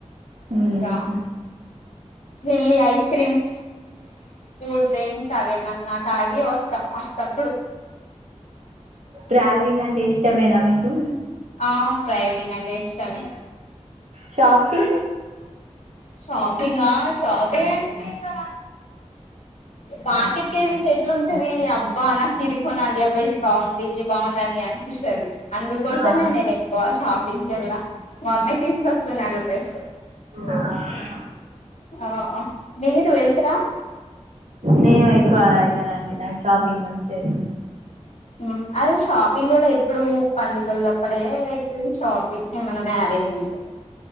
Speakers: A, on the right; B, on the left.
A: మ్మ్
B: ఇక
A: హు
B: వెళ్ళి ఐస్ క్రీమ్స్ కూల్ డ్రింక్స్ అవేమన్నా తాగి వస్తాం వస్తాం
A: ట్రావెలింగ్ అంటే ఇష్టమేనా మీకు
B: ఆ ట్రావెలింగ్ అంటే ఇష్టమే
A: షాపింగ్
B: షాపింగ్ ఆ షాపింగ్ అంటే ఇగా బార్కెట్కి ఎట్లు ఉంటంది అబ్బా నాకు ఇది కొనాలి అబ్బా ఇది బాగుంది ఇది బాగుంది అని అనిపిస్తది అందుకోసమే
A: ఆ,
B: నేను ఎక్కువ షాప్ పిన్ కేరళ మమ్మీ తీసుకొస్తున్నారు డ్రెస్సు
A: ఆ హా
B: ఆ మీరు ఎల్తరా
A: నేను ఎక్కువ ఎళ్ళనండి నాకు షాపింగ్ నచ్చది
B: మ్మ్ అది షాపింగ్ కూడ ఎప్పుడు పండుగుల అప్పుడే అయితది షాపింగ్ ఏమన్నా మ్యారేజ్ ఉంటే